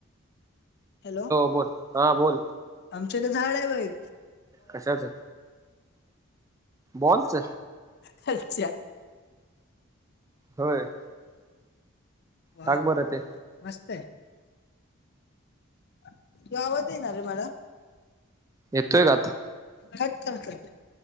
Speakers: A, on the left (about 55°); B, on the right (about 15°).
A: हॅलो,
B: बोल हा बोल
A: आमच्या इथं झाड हाय बाई
B: कशाच, बॉलच.
A: खालच्या
B: होय.
A: वाव
B: टाक बरं ते
A: मस्तय. तूझा आवाात येणा रे मला.
B: येतोय का आता.
A: कट कर कट